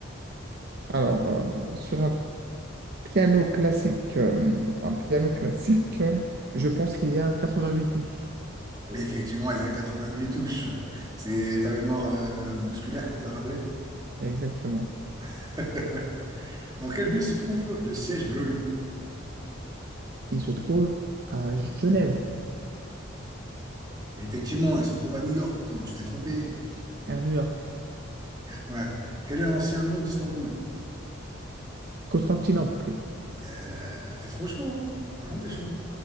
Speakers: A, on the right; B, on the right.
A: Alors, euh, sur un piano classique, euh, un piano classique, euh, je pense qu'il y a 88 touches.
B: Oui, Effectivement, il y a 88 touches. C'est ta mémoire euh, musculaire qui te l'a rappelé.
A: Exactement.
B: <laughs> Dans quelle ville se trouve le siège de l'ONU?
A: Il se trouve à Genève,
B: Et effectivement, elle se trouve à New York plutôt. Tu t'es trompé.
A: à New York,
B: Ouais. Quel est l'ancien nom d'Istanbul?
A: Constantinople,
B: Yeah. T'es trop chaud, hein? Franchement, t'es chaud.